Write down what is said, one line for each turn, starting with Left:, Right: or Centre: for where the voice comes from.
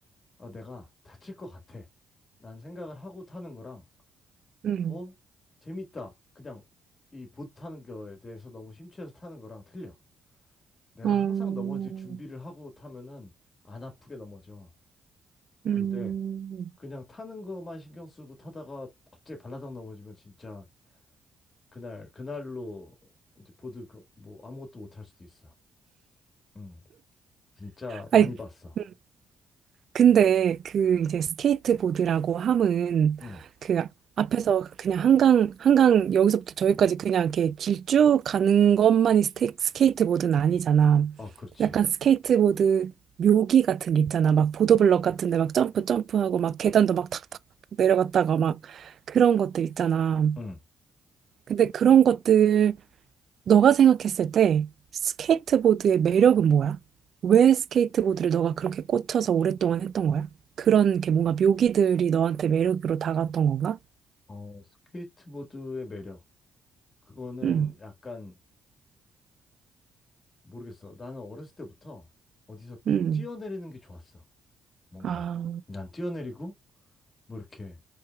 Left: 아, 내가 다칠 것 같아. 라는 생각을 하고 타는 거랑
Right: 음,
Left: 어? 재밌다. 그냥 이 보트 타는 거에 대해서 너무 심취해서 타는 거랑 틀려. 내가
Right: 음,
Left: 항상 넘어질 준비를 하고 타면은 안 아프게 넘어져.
Right: 음.
Left: 근데 그냥 타는 거만 신경 쓰고 타다가 갑자기 발라당 넘어지면 진짜 그날 그날로 이제 보드 그 뭐 아무것도 못할 수도 있어. 응. 진짜
Right: 아니,
Left: 많이 봤어.
Right: 음, 근데 그 이제 스케이트보드라고 함은
Left: 응.
Right: 그 앞에서 그냥 한강, 한강 여기서부터 저기까지 그냥 이렇게 길쭉 가는 것만이 스테, 스케이트보드는 아니잖아.
Left: 아, 그렇지.
Right: 약간 스케이트보드 묘기 같은 게 있잖아. 막 보도블럭 같은 데 막 점프 점프하고 막 계단도 막 탁탁 내려갔다가 막 그런 것들 있잖아.
Left: 응.
Right: 근데 그런 것들 너가 생각했을 때 스케이트보드의 매력은 뭐야? 왜 스케이트보드를 너가 그렇게 꽂혀서 오랫동안 했던 거야? 그런 게 뭔가 묘기들이 너한테 매력으로 다가왔던 건가?
Left: 어, 스케이트보드의 매력. 그거는
Right: 응,
Left: 약간 모르겠어. 나는 어렸을 때부터 어디서
Right: 응.
Left: 뛰어내리는 게 좋았어. 뭔가.
Right: 아,
Left: 난 뛰어내리고, 뭐 이렇게